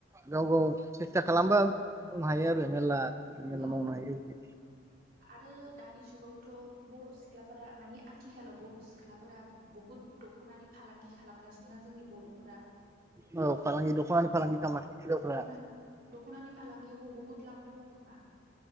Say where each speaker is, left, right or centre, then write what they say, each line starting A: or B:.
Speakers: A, on the right; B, on the right.
A: गाव गाव सेस्था खालामबा हायो आरो मेरला मेरला
B: औ
A: मावनो हायो बिदि
B: आरो दानि जुगावथ' बर' सिख्लाफोरा मानि आथिखालाव बर' सिख्लाफोरा बुहुद दख'नानि फालांगि खालामगासिनो जोंनि बर'फोरा
A: औ फालांगि दख'नानि फालांगि
B: औ
A: खालामनो हायो हिनजावफ्रा
B: दख'ना दख'नानि फालांगियावबो बहुत लाब दङ खोमा